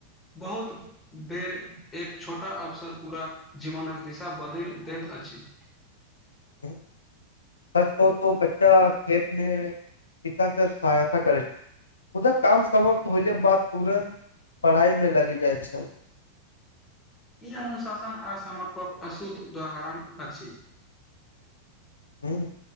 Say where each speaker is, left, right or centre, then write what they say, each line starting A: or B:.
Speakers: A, on the left (about 15°); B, on the left (about 75°).
A: बहुत बेर एक छोटा अवसर पूरा जीवनक दिशा बदैल दैत अछि
B: <inaudible> सच कहू तो बच्चा खेत मे पिता कर सहायता करै छै मुदा काम समाप्त होले बाद तुरंत पढ़ाई मे लगि जाइ छै
A: ई अनुशासन आ समर्पक अशुद्ध उदाहरण अछि
B: हुँ